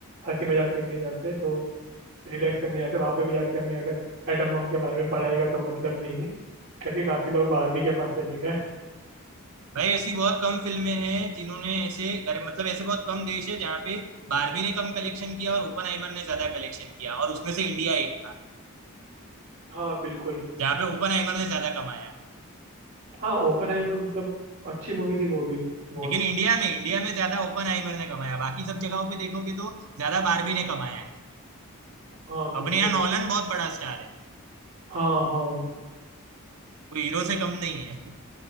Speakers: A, on the right; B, on the right.
A: हंसी मजाक करने जाते हैं, तो रिलैक्स करने जाते हैं वहां पे भी जाके हमें अगर एटम बम के बारे में पढ़ाएगा तो मतलब नहीं है करके काफी लोग बारहवीं के पास चले गए
B: भाई ऐसी बहुत कम फिल्में हैं जिन्होंने ऐसे अरे मतलब ऐसे बहुत कम देश है जहाँ पे बारहवीं ने कम कलेक्शन किया और ओपनहाइमर ने ज्यादा कलेक्शन किया और उसमें से इंडिया एक था
A: हाँ बिल्कुल
B: जहाँ पे ओपनहाइमर ने ज्यादा कमाया
A: हाँ ओपन पर मतलब अच्छी मूवी थी वो भी बहुत
B: लेकिन इंडिया में इंडिया में ज्यादा ओपनहाइमर ने कमाया बाकी सब जगहों पे देखोगे तो ज्यादा बारहवीं ने कमाया है
A: हाँ बिल्कुल
B: अपने यहाँ नॉलन बहुत बड़ा स्टार है
A: हाँ हाँ
B: कोई हीरो से कम नहीं है <laughs>